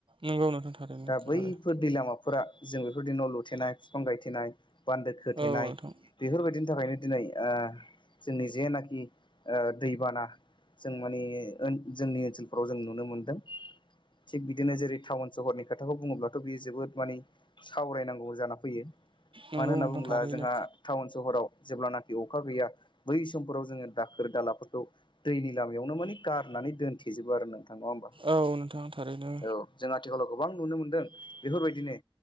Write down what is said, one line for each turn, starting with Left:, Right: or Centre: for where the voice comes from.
Right: नंगौ नोंथां थारैनो
Left: दा
Right: एखेबारे।
Left: बैफोर दै लामाफोरा जों बेफोरदि न लुथेनाय बिफां गायथेनाय बान्दो खोथेनाय
Right: औ नोंथां
Left: बेफोरबायदिनि थाखायनो दिनै ओ जोंनि जेनाखि ओ दैबाना जों माने जोंनि ओनसोलफोराव नुनो मोनदों थिग बिदिनो जेरै टाउन सहरनि खोथाखौ बुङोब्लाथ बियो जोबोद माने सावरायनांगौ जाना फैयो
Right: नंगौ
Left: मानो होनना
Right: नोंथां
Left: बुङोब्ला
Right: थारैनो
Left: जोंहा टाउन सहराव जेब्लानाखि अखा गैया बै समफोराव जोङो दाखोर दालाफोरखौ दैनि लामायावनो माने गारनानै दोनथेजोबो आरो नों नङा होमबा
Right: औ नोंथां थारैनो
Left: औ जों आथिखालाव गोबां नुनो मोनदों बेफोरबायदिनो